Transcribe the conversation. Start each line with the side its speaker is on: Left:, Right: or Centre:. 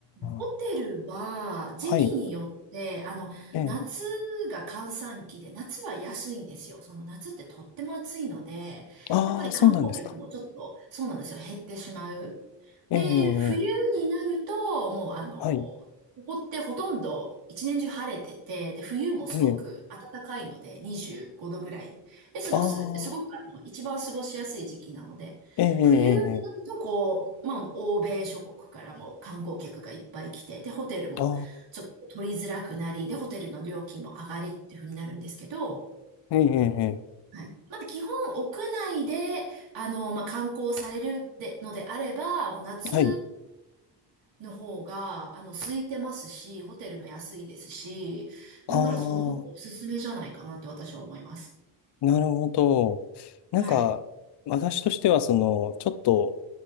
Right: ホテルは時期によって、
Left: はい。
Right: あの、
Left: ええ
Right: 夏が閑散期で、夏は安いんですよ。その夏ってとっても暑いので、
Left: ああ、
Right: やっぱり観光客もちょっと、
Left: そうなんですか。
Right: そうなんですよ、減ってしまう。で、
Left: ええ
Right: 冬になると、もうあの、
Left: はい。
Right: ここってほとんど一年中晴れてて、で、冬もすごく暖かいので、
Left: あるやん。
Right: 25度ぐらい。で、過ごす、
Left: ああ、
Right: すごくあの、一番過ごしやすい時期なので、
Left: ええええええ
Right: 冬になると、こう、まあ、欧米諸国からも観光客がいっぱい来て、で、ホテルもちょっと取りづらくなり、
Left: ああ、
Right: で、ホテルの料金も上がりっていう風になるんですけど、
Left: ええええ
Right: はい。まだ基本屋内で、あの、まあ、観光されるでのであれば、もう夏
Left: ええはい。
Right: の方が、あの、空いてますし、ホテルも安いですし、なんならその方がおすすめじゃないかなって私は思います。
Left: ああ、なるほど。なんか、
Right: はい。
Left: 私としては、その、ちょっと、